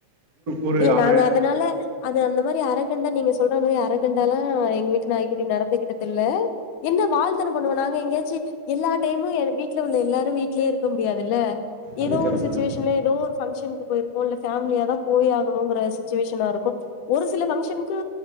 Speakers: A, on the right; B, on the left.
A: ஒரு
B: இல்ல
A: அவன்
B: நாங்க அதனால அது அந்த மாரி அரகன்டா நீங்க சொல் ற மாரி அறக்கண்டாலா எங்க வீட்டு நாய்க்குட்டி நடந்து கிட்டதில்ல என்ன வாழ்த்தன பண்ணுவோ நாங்க எங்கயாச்சு எல்லா டைமு எ வீட்ல உள்ள எல்லாரு வீடலியே இருக்க முடியாதுல்ல
A: அது
B: எதோ
A: கரெக்டு
B: ஒரு சிட்டுவேஷன்ல
A: தான்
B: எதோ ஒரு ஃபங்க்ஷன்க்கு போயிருப்போ இல்ல ஃபேமிலியா தா போயாக் னுங்ற சிட்டுவேஷனாருக் போ ஒரு சில ஃபங்க்ஷன்க்கு